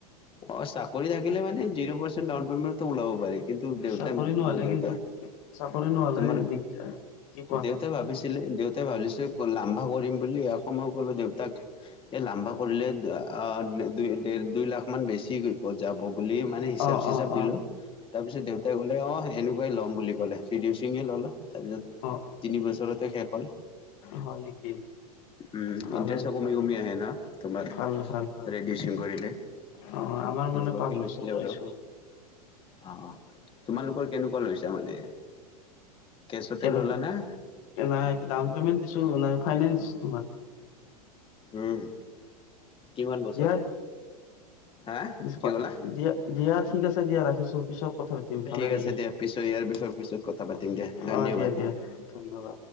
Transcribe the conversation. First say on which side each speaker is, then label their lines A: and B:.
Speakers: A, on the left; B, on the left.
A: অ', চাকৰি থাকিলে মানে জিৰ' পাৰ্চেণ ডাউন পেমেণ্টতো ওলাব পাৰি। কিন্তু দেউতা,
B: চাকৰি নহ'লে
A: অ, দেউতা,
B: কিন্তু চাকৰি নহ'লে
A: তোমাৰ
B: দিগদাৰ কি কোৱা
A: দে উতাই ভাবিছিলে, দেউতাই ভাবিছিলে লামভা কৰিম বুলি, আকৌ মই ক'লো দেউতাক। এ লাম্বা কৰিলে অ <inaudible> দু দুই লাখ। অকমান বেছি ক'ত যাব বুলি মানে হিচাপ
B: অ
A: চিচাপ
B: অ
A: দিলো।
B: অ
A: তাৰপিছত দেউতাই কলে অ এনেকুৱাই ল'ম বুলি কলে চিডিউ সিঙে ললে তাৰপিছত।
B: অ
A: তিনি বছৰতে শেষ হ'ল।
B: হয় নেকি।
A: উম
B: ভালে
A: ইণ্টাৰেষ্টো কমি
B: ভাল
A: কমি আহে ন তোমাৰ
B: ভাল ভাল ভাল
A: ৰেডিউচিং কৰিলে।
B: অ আমাৰ
A: এনেকুৱাকে
B: মানে পাঁচ
A: লৈছিলে
B: বছৰ
A: বাৰু
B: কৰিছো।
A: অ তোমালোকৰ কেনেকুৱা লৈছা মানে কেছতে
B: কেনেকে
A: ল'লানে।
B: নাই ডাউন পে'মেণ্ট দিছো নাই ফাইনেন্স তোমাৰ।
A: উম কিমান বছৰ।
B: দিয়া
A: হা
B: <inaudible>
A: কি ক'লা
B: দিয়া দিয়া ঠিক আছে দিয়া ৰাখিছো পিছত কথা পাতিম ভালে।
A: ঠিকে
B: লাগিল
A: আছে দিয়া পিছত ইয়াৰ পিছত কথা পাতিম দিয়া ধন্যবাদ।
B: অ' দিয়া দিয়া ধন্যবাদ।